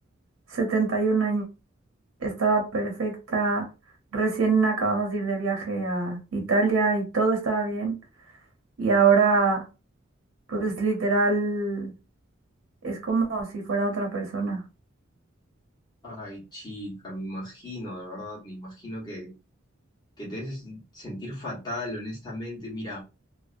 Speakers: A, on the right; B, on the left.
A: 71 años. Estaba perfecta. Recién acabamos de ir de viaje a Italia y todo estaba bien. Y ahora, pues literal, es como si fuera otra persona.
B: Ay, chica, me imagino, de verdad, me imagino que, que te haces sentir fatal, honestamente. Mira,